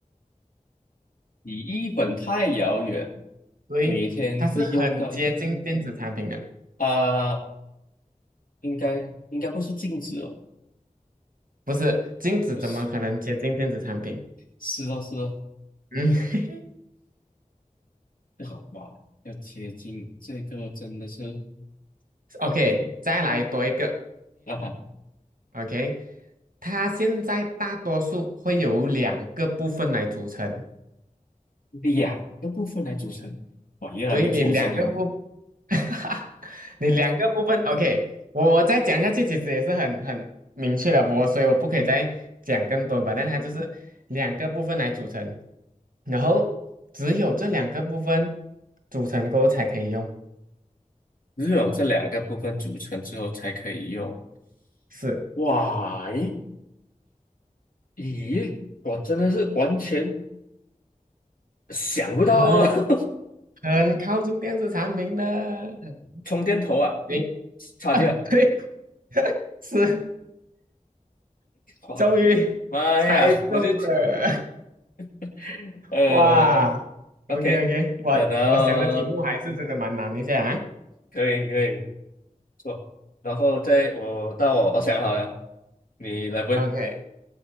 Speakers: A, on the left (about 80°); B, on the right (about 80°).
A: 离一本太遥远，
B: 所以它是很接近电子产品的，
A: 每天会用到一啊、应该应该不是镜子哦，
B: 不是镜子怎么可能接近电子产品？
A: 就是是哦是哦，
B: 嗯
A: 好吧，要贴近这个真的是，
B: <laughs>，OK，再来多一个
A: 嗯啊，
B: hint，OK，它现在大多数会有两个部分来组成。
A: 两个部分来组成，哇，越来越抽象了，
B: 所以你两个部，<laughs> 你两个部分，OK，我我再讲下去，其实也是很很明确了，我所以我不可以再讲更多吧，但它就是两个部分来组成，然后只有这两个部分组成过后才可以用，
A: 只有这两个部分组成之后才可以用，
B: 是
A: 哇，诶咦，我真的是完全想不到哦，
B: 很
A: <laughs>
B: 很靠近电子产品的，嗯
A: 充电头啊，
B: 你
A: 插件。
B: <laughs> 对，<laughs> 是
A: 哇，
B: 终于猜中了，
A: 妈呀，我就 <laughs> 呃
B: 哇
A: ，OK，
B: ，OK OK，我我想的题目还是真的蛮难一下啊。
A: 呃，然后可以可以做，然后再我到我我想好了，你来问，
B: OK，